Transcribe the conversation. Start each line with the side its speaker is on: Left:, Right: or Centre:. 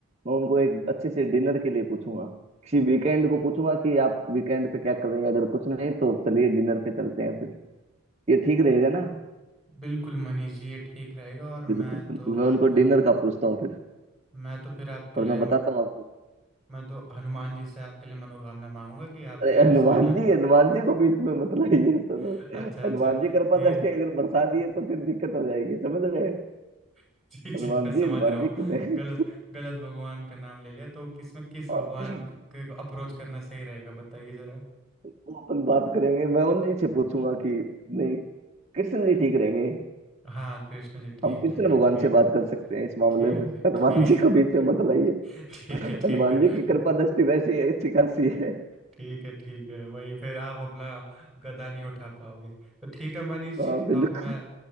Right: मैं उनको एक अच्छे से डिनर के लिए पूछूंगा किसी वीकेंड को पूछूंगा कि आप वीकेंड पे क्या कर रहे हैं अगर कुछ नहीं तो चलिए डिनर पे चलते हैं फिर ये ठीक रहेगा ना
Centre: बिल्कुल मनीष जी ये ठीक रहेगा और
Right: बिल्कुल
Centre: मैं
Right: बिल्कुल
Centre: तो
Right: मैं उनको
Centre: आपको
Right: डिनर का पूछता हूँ फिर
Centre: मैं तो फिर आपके
Right: और
Centre: लिए
Right: मैं बताता
Centre: म-
Right: हूँ आपको
Centre: मैं तो हनुमान जी से आपके लिए मनोकामना मांगूंगा कि आपके
Right: अरे हनुमान
Centre: रिश्ते में
Right: जी हनुमान जी को बीच में मत लाइए <laughs> सर
Centre: <laughs> अच्छा
Right: हनुमान
Centre: अच्छा
Right: जी कृपा
Centre: ये
Right: दृष्टि अगर बरसा दिए तो फिर दिक्कत हो जाएगी समझ रहे हैं
Centre: <laughs> जी
Right: हनुमान
Centre: जी मैं समझ
Right: जी हनुमान
Centre: रहा हूँ
Right: जी की नहीं
Centre: गलत गलत भगवान का नाम ले लिया तो इसमें किस
Right: वो
Centre: भगवान के अप्रोच करना सही रहेगा बताइए जरा
Right: अपन बात करेंगे मैं उन जी से पूछूंगा कि नहीं कृष्ण जी ठीक रहेंगे
Centre: हाँ कृष्ण जी ठीक
Right: हम कृष्ण
Centre: रहेंगे
Right: भगवान
Centre: ठीक
Right: से बात
Centre: है
Right: कर सकते हैं इस मामले
Centre: ठीक
Right: में
Centre: है
Right: हनुमान
Centre: ठीक
Right: जी को बीच में मत लाइए
Centre: <laughs> ठीक है ठीक
Right: हनुमान
Centre: है
Right: जी की कृपा दृष्टि वैसी अच्छी खासी है
Centre: ठीक है ठीक है वही फिर आप अपना गदा नहीं उठा पाओगे तो ठीक है मनीष
Right: हाँ
Centre: जी
Right: बिल्कुल
Centre: अब मैं